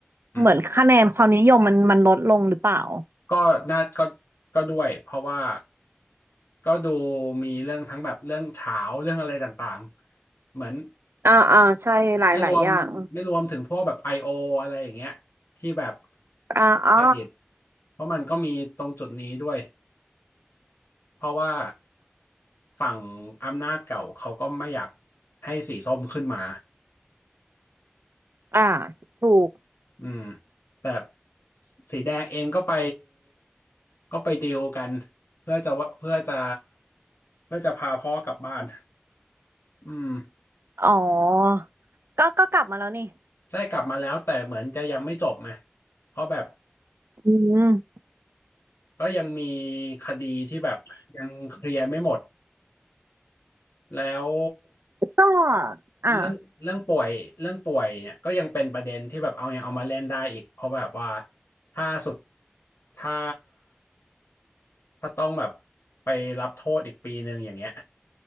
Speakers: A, on the left; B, on the right.
A: อืม
B: เหมือนคะแนนความนิยมมันมันลดลงหรือเปล่า
A: ก็น่าก็ก็ด้วยเพราะว่าก็ดูมีเรื่องทั้งแบบเรื่องเฉาวเรื่องอะไรต่างๆเหมือน
B: อ่าอ่าใช่หลายหลายอย่าง
A: ไม่ค่ะรวมไม่รวมถึงพวกแบบ I.O. อโออะไรอย่างเงี้ยที่แบบ
B: อ่าอ่า
A: เครดิตเพราะมันก็มีตรงจุดนี้ด้วยเพราะว่าฝั่งอำนาจเก่าเขาก็ไม่อยากให้สีส้มขึ้นมา
B: อ่าถูก
A: อืมแต่สีแดงเองก็ไปก็ไปดีลกันเพื่อจะว่าเพื่อจะเพื่อจะพาพ่อกลับบ้านอืม
B: อ๋อก็ก็กลับมาแล้วนี่
A: ได้กลับมาแล้วแต่เหมือนจะยังไม่จบไงเพราะแบบ
B: อืม
A: ก็ยังมีคดีที่แบบยังเคลียร์ไม่หมดแล้ว
B: ก็อ่า
A: เรื่องเรื่องป่วยเรื่องป่วยเนี่ยก็ยังเป็นประเด็นที่แบบเอายังเอามาเล่นได้อีกเพราะแบบว่าถ้าสุดถ้าถ้าต้องแบบไปรับโทษอีกปีหนึ่งอย่างเงี้ย